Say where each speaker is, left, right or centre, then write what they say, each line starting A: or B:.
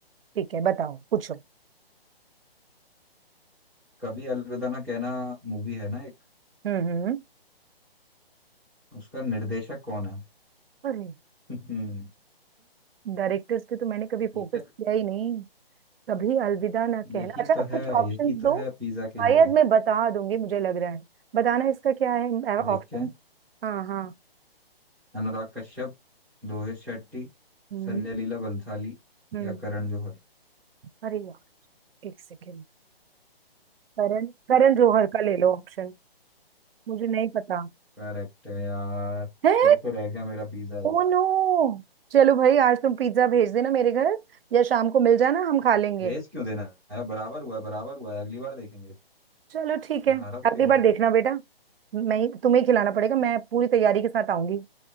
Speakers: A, on the right (about 70°); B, in the centre.
A: ठीक है बताओ पूछो
B: कभी अलविदा ना कहना मूवी है ना एक
A: हम्म हम्म
B: उसका निर्देशक कौन है
A: अरे
B: <laughs>
A: डायरेक्टर्स पे तो मैंने कभी
B: ठीक
A: फोकस
B: है
A: किया ही नहीं कभी अलविदा ना
B: यही
A: कहना अच्छा
B: तो
A: कुछ
B: है
A: ऑप्शंस
B: यही तो
A: दो
B: है पिज्जा के
A: शायद
B: लिए
A: मैं बता दूंगी मुझे लग रहा है बताना इसका क्या है ऑप्शन
B: देख के
A: हाँ हाँ
B: अनुराग कश्यप रोहित शेट्टी
A: हम्म
B: संजय लीला बंसाली
A: हम्म
B: या करण जौहर
A: अरे यार एक सेकेंड करण करण जौहर का ले लो ऑप्शन मुझे नहीं पता
B: करेक्ट है यार
A: है
B: फिर से रह गया मेरा पिज्जा
A: Oh
B: यार
A: no चलो भाई आज तुम पिज्जा भेज देना मेरे घर या शाम को मिल जाना हम खा लेंगे
B: भेज क्यों देना है बराबर हुआ है बराबर हुआ है अगली बार देखेंगे
A: चलो ठीक
B: मैं
A: है
B: हारा थोड़ी
A: अगली
B: हूँ
A: बार देखना बेटा मैं ही- तुम्हें ही खिलाना पड़ेगा मैं पूरी तैयारी के साथ आऊंगी